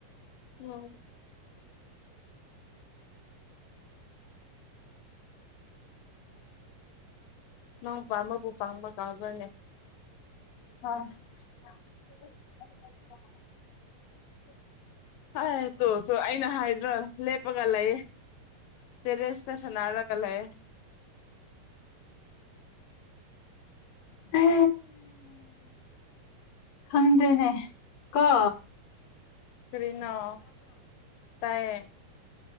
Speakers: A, on the left; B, on the left.
A: ꯎꯝ ꯅꯪ ꯄꯥꯝꯕꯕꯨ ꯄꯥꯝꯕ ꯀꯥꯎꯕꯅꯦ
B: ꯑꯣꯏ
A: ꯍꯥꯏ ꯇꯣꯁꯨ ꯑꯩꯅ ꯍꯥꯏꯗ꯭ꯔꯣ ꯂꯦꯞꯄꯒ ꯂꯩꯌꯦ ꯇꯦꯔꯁ ꯇꯁ ꯅꯅꯥꯒꯂꯦ
B: ꯑ ꯈꯪꯗꯅꯦ ꯀꯥ
A: ꯀꯔꯤꯅꯣ ꯇꯥꯏ